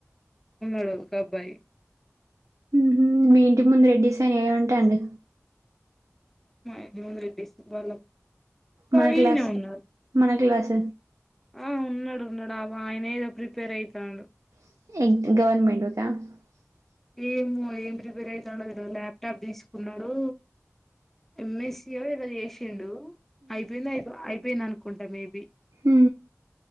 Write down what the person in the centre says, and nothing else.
ఉన్నాడు ఒక అబ్బాయి
మా ఇంటి మందు రెడ్డిసువాల
యినే
ఉన్నాడు
ఆ ఉన్నాడు ఉన్నడా ఆయన ఏదో ప్రిపేర్ ఐతాండు
ఏమ ఏం ప్రిపేర్ అయితండో తెల్వదు ల్యాప్టాప్ డీసుకున్నాడు ఎంఎస్సియ ఇదో చేసిండు అయిపోయింద అయి అయిపోయింది అనుకుంటా మేబి